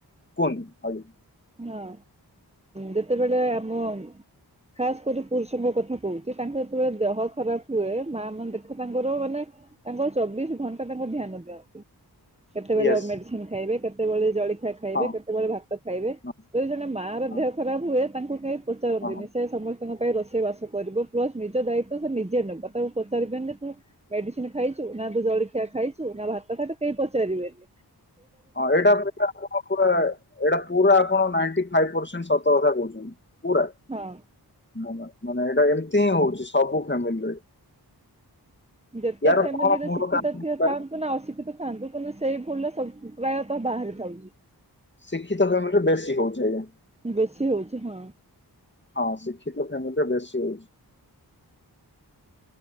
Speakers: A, on the left; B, on the right.
A: କୁହନ୍ତୁ ଆଜ୍ଞା
B: ହଁ। ଯେତେବେଳେ ଆମ ଖାସ କରି ପୁରୁଷଙ୍କ କଥା କହୁଛି ତାଙ୍କ ଯେତେବେଳେ ଦେହ ଖରାପ ହୁଏ ମା ମାନେ ଦେଖ ତାଙ୍କର ମାନେ ତାଙ୍କ ଚବିଶ ଘଣ୍ଟା ତାଙ୍କ ଧ୍ୟାନ ଦିଅନ୍ତି। କେତେବେଳେ
A: ୟେସ୍
B: ମେଡିସିନ ଖାଇବେ କେତେବେଳେ ଜଳିଖିଆ ଖାଇବେ
A: ହଁ
B: କେତେବେଳେ ଭାତ ଖାଇବେ
A: ହଁ
B: ଯେବେ ଜଣେ ମା ର
A: ହଁ
B: ଦେହ ଖରାପ ହୁଏ ତାଙ୍କୁ କେହି ପଚାରନ୍ତିନି
A: ହଁ ହଁ
B: ସେ ସମସ୍ତେ ତାଙ୍କ ପାଇଁ ରୋଷେଇ ବାସ କରିବ ପ୍ଲସ ନିଜ ଦାୟିତ୍ଵ ସେ ନିଜେ ନେବ ତାକୁ ପଚାରିବେନ ଯେ ତୁ ମେଡିସିନ ଖାଇଛୁ ନା ତୁ ଜଳଖିଆ ଖାଇଛୁ ନା ଭାତ ଫାତ କେହି ପଚା ଚାରି ବେନି।
A: ହଁ ଏଟା ଏଟା ପୁର ପୁରା ଆପଣ ନାଇଣ୍ଟି ଫାଇଭ ପରସେ ସତ କଥା କହୁଛନ୍ତି। କୋଉଟା
B: ହଁ
A: ନା ନା। ମାନେ ଏଇଟା ଏମିତି ହିଁ ହଉଛି ସବୁ ଫ୍ୟାମିଲିରେ।
B: ଯେତେ
A: ୟାର
B: ଫ୍ୟାମିଲି
A: କଣ
B: ରେ
A: ମୂଳ
B: ଶିକ୍ଷିତ
A: କାରଣ ହେଇପାରେ?
B: ଥା ଥାଆନ୍ତୁ ନା ଅଶିକ୍ଷିତ ଥାଆନ୍ତୁ କିନ୍ତୁ ସେଇ ଭୁଲ ଟା ସବ ପ୍ରାୟତଃ ବାହାରିଥାଉଛି।
A: ଶିକ୍ଷିତ ଫ୍ୟାମିଲିରେ ବେଶ୍ ସି ହଉଛ ଆଜ୍ଞା?
B: ବେଶୀ ହଉଛି ହଁ।
A: ହଁ ଶିକ୍ଷିତ ଫ୍ୟାମିଲିରେ ବେଶୀ ହୋଉଛି।